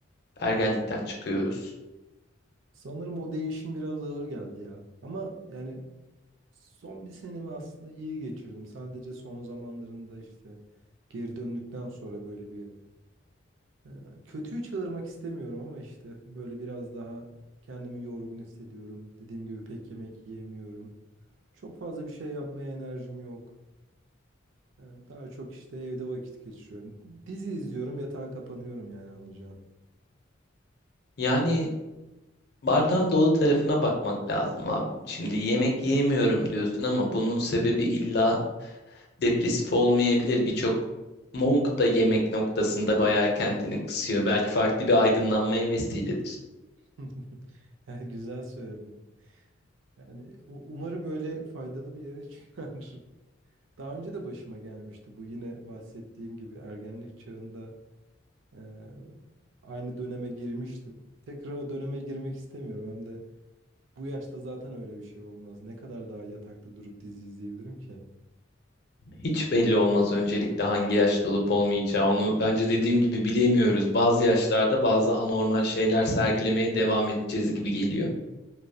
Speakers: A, on the left (about 55°); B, on the right (about 75°).
A: ergenlikten çıkıyoruz.
B: Sanırım o değişim biraz ağır geldi ya. Ama yani Son bir senemi aslında iyi geçirdim. Sadece son zamanlarında işte geri döndükten sonra böyle bir e, kötüyü çağırmak istemiyorum ama işte böyle biraz daha kendimi yorgun hissediyorum. Dediğim gibi pek yemek yiyemiyorum. Çok fazla bir şey yapmaya enerjim yok. E, Daha çok işte evde vakit geçiriyorum. Dizi izliyorum, yatağa kapanıyorum yani anlayacağın.
A: Yani bardağın dolu tarafına bakmak lazım abi. Şimdi yemek yiyemiyorum diyorsun ama bunun sebebi illa depresif olmayabilir. Birçok monk da yemek noktasında bayağı kendini kısıyor. Belki farklı bir aydınlanmaya vesiledir.
B: <laughs> Yani güzel söyledin. Yani u- umarım öyle faydalı bir yere çıkar. <laughs> Daha önce de başıma gelmişti bu yine bahsettiğim gibi ergenlik çağında eee, aynı döneme girmiştim. Tekrar o döneme girmek istemiyorum hem de bu yaşta zaten öyle bir şey olmaz. Ne kadar daha yatakta durup dizi izleyebilirim ki?
A: Hiç belli olmaz öncelikle hangi yaşta olup olmayacağı. Onu bence dediğim gibi bilemiyoruz. Bazı yaşlarda bazı anormal şeyler sergilemeye devam edeceğiz gibi geliyor